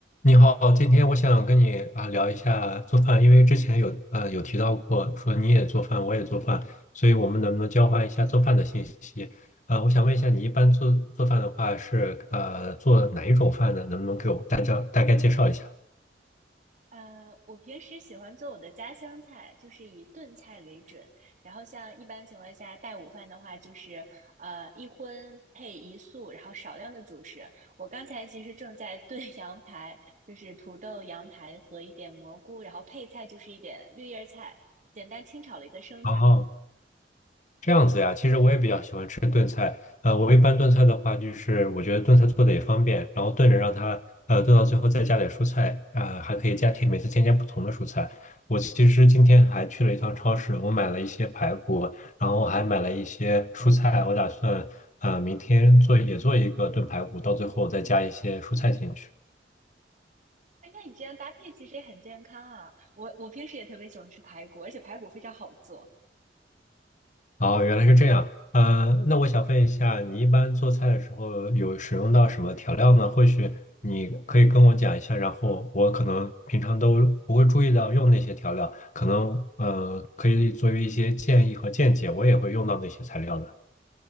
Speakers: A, on the left (about 45°); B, on the right (about 45°).
A: 你好，今天我想跟你啊聊一下做饭，因为之前有呃有提到过说你也做饭，我也做饭，所以我们能不能交换一下做饭的信息？呃，我想问一下，你一般做做饭的话是呃做哪一种饭呢？能不能给我大家大概介绍一下？
B: 呃，我平时喜欢做我的家乡菜，就是以炖菜为准。然后像一般情况下带午饭的话，就是呃一荤配一素，然后少量的主食。我刚才其实正在炖 <laughs> 羊排，就是土豆、羊排和一点蘑菇，然后配菜就是一点绿叶菜，简单清炒了一个生菜。
A: 哦这样子呀，其实我也比较喜欢吃炖菜。呃，我一般炖菜的话，就是我觉得炖菜做的也方便，然后炖着让它呃炖到最后再加点蔬菜，啊、还可以加添每次添加不同的蔬菜。我其实今天还去了一趟超市，我买了一些排骨，然后还买了一些蔬菜，我打算呃明天做也做一个炖排骨，到最后再加一些蔬菜进去。
B: 哎，那你这样搭配其实也很健康啊。我我平时也特别喜欢吃排骨，而且排骨非常好做。
A: 哦，原来是这样。呃，那我想问一下，你一般做菜的时候有使用到什么调料呢？或许你可以跟我讲一下，然后我可能平常都不会注意到用那些调料，可能呃可以作为一些建议和见解，我也会用到那些材料的。